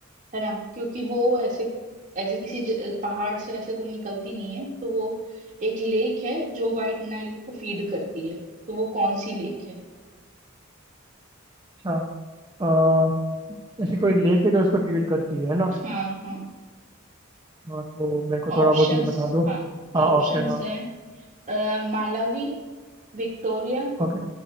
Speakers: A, on the right; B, on the right.
A: है ना क्योंकि वो ऐसे ऐसे किसी ज- पहाड़ से ऐसे तो निकलती नहीं है तो वो एक लेक है जो व्हाइट नाइल को फीड करती है तो वो कौन सी लेक है
B: अच्छा अ, ऐसी कोई लेक है जो इसको फीड करती है ना
A: हाँ हाँ
B: हाँ तो मेरे को थोड़ा
A: ऑप्शंस
B: बहुत ये बता दो
A: हाँ
B: हाँ
A: ऑप्शंस
B: ऑप्शन हाँ
A: हैं अ, मालावी विक्टोरिया
B: ओके